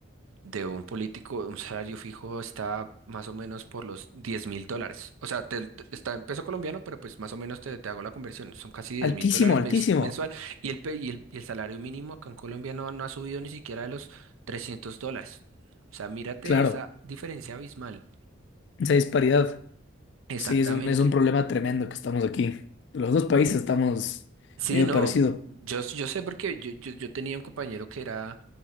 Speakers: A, on the right; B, on the left.
A: de un político, un salario fijo está más o menos por los diez mil dólares. O sea, te- te- está en peso colombiano, pero pues más o menos te, te hago la conversión, son casi diez
B: Altísimo,
A: mil dólares
B: altísimo.
A: mens- mensual y el, pe- y el, y el salario mínimo acá en Colombia no, no ha subido ni siquiera de los 300 dólares. O sea, mírate
B: Claro,
A: esa diferencia abismal.
B: esa disparidad.
A: Exactamente.
B: Sí, es un, es un problema tremendo que estamos aquí. Los dos países estamos
A: Sí,
B: medio
A: no,
B: parecido.
A: yo, yo sé porque yo, yo, yo tenía un compañero que era